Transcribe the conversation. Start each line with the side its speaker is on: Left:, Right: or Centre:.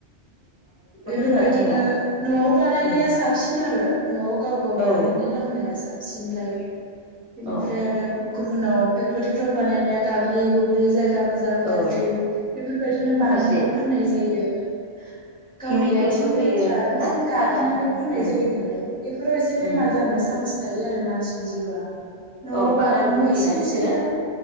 Centre: बेफोरबायदिनो
Right: होआ एमाव
Centre: न'आव बानायनाया
Right: उम
Centre: साबसिन आरो। न'आव गाव गाव बानायनानै
Right: औ
Centre: लोंनाया साब सिनलाय। बेनिफ्राय
Right: औ
Centre: आरो गु उनाव फेक्टरिफ्राव बानायनाया गाग्लि गुग्लि जायगा मोजां
Right: औ
Centre: गाज्रि बेफोरबायदिनो
Right: माखासे
Centre: बानायनानै फाननाय जायो। <inaudible> गावनि
Right: केमिकेलबो
Centre: आइथिंनि
Right: होयो
Centre: लेथ्रा बेफोरजों
Right: ना
Centre: गाग्लिनानै
Right: कालार
Centre: फाननाय
Right: उम
Centre: जायो नालाय बेफोराव एसे
Right: उम
Centre: बेमार जानो सान्स थायो आरो मानसिनि जिउआ। न'आव
Right: औ
Centre: बानायनानै
Right: कालारबो होयोना
Centre: इसे
Right: बिसोरो
Centre: इसे लों